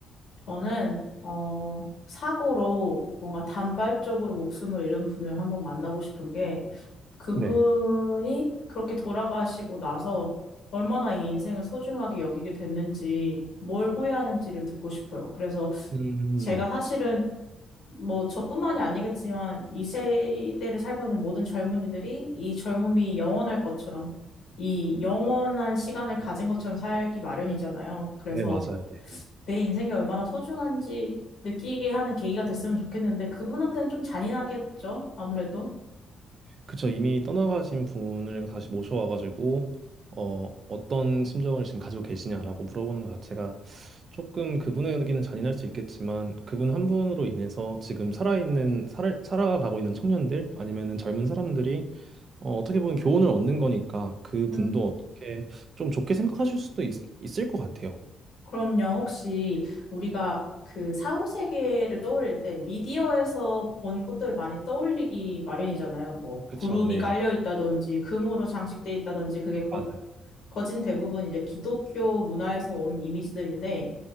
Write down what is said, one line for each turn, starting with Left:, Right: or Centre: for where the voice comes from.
Left: 저는 어, 사고로 뭔가 단발적으로 목숨을 잃은 분을 한번 만나고 싶은 게 그분이
Right: 네.
Left: 그렇게 돌아가시고 나서 얼마나 이 인생을 소중하게 여기게 됐는지 뭘 후회하는지를 듣고 싶어요. 그래서
Right: 음,
Left: 제가
Right: 네.
Left: 사실은 뭐 저뿐만이 아니겠지만 이 세대를 살고 있는 모든 젊은이들이 이 젊음이 영원할 것처럼 이 영원한 시간을 가진 것처럼 살기 마련이잖아요. 그래서
Right: 네, 맞아요. 네.
Left: 내 인생이 얼마나 소중한지 느끼게 하는 계기가 됐으면 좋겠는데 그분한테는 좀 잔인하겠죠? 아무래도.
Right: 그쵸. 이미 떠나가신 분을 다시 모셔와가지고, 어, 어떤 심정을 지금 가지고 계시냐라고 물어보는 것 자체가 조금 그분에게는 잔인할 수 있겠지만, 그분 한 분으로 인해서 지금 살아있는, 살, 살아가고 있는 청년들, 아니면은 젊은 사람들이, 어, 어떻게 보면 교훈을 얻는 거니까, 그분도
Left: 음.
Right: 어떻게 좀 좋게 생각하실 수도 있, 있을 것 같아요.
Left: 그럼요. 혹시 우리가 그 사후 세계를 떠올릴 때 미디어에서 본 것들을 많이 떠올리기 마련이잖아요. 뭐
Right: 그쵸.
Left: 구름이
Right: 네.
Left: 깔려 있다든지 금으로 장식돼 있다든지 그게 거
Right: 맞아요.
Left: 거진 대부분 이제 기독교 문화에서 온 이미지들인데,